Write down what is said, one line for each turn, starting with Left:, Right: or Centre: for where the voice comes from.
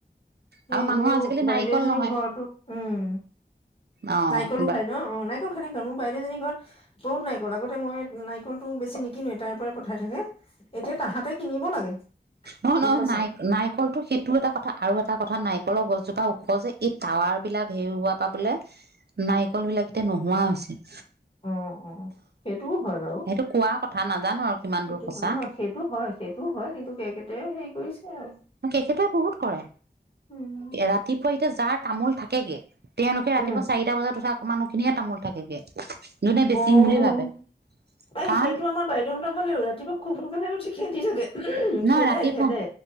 Left: সেই
Right: আৰু মানুহৰ
Left: মোৰ
Right: আজিকালি
Left: বাইদেউ
Right: নাৰিকল
Left: এজনী
Right: নহয়
Left: ঘৰতো উম
Right: অ
Left: নাৰিকলো
Right: বা
Left: খায় ন অ নাৰিকল খেনেকুৱ মোৰ বাইদেউজনীৰ ঘৰত বহুত নাৰিকল আগতে মই নাৰিকলতটো বেছি নিকিনোৱেই তাইৰ পৰাই পঠাই থাকে এতিয়া তাহাঁতে কিনিব লাগে
Right: নহয়
Left: গম
Right: নহয়
Left: পাইছা
Right: ন নাৰিকলটো সেইটো এটা কথা আৰু এটা এটা কথা নাৰিকলৰ গছজোপা ওখ যে এই টাৱাৰ বিলাক হেৰুওৱা পৰা বোলে নাৰিকল বিলাক এতিয়া নোহোৱা হৈছে
Left: অ অ সেইটোও হয় বাৰু
Right: সেইটো কোৱা কথা নাজানো আৰু কিমান
Left: সেইটো
Right: দূৰ সঁচা
Left: হয় নহয় সেইটো হয় সেইটোও হয় কিন্তু দে হেৰি কৰিছে আৰু
Right: কেকে <unintelligible> তোৱে বহুত কৰে
Left: উম।
Right: ৰাতিপুৱাই এয়া যাৰ তামোল থাকেগে তেওঁলোকে ৰাতিপোৱা
Left: উম,
Right: চাৰিটা বজাত উঠা মানুহ খিনিয়ে তামোল থাকেগে যোনে বেচিম
Left: অ এই
Right: বুলি ভাবে কাৰণ
Left: সেইটো আমাৰ বাইদেউহঁতৰ ফালেও ৰাতিপুৱা খুব সোনকালে উঠি খেদি থাগে
Right: নহ
Left: খেদে
Right: ৰাতিপুৱা
Left: খেদে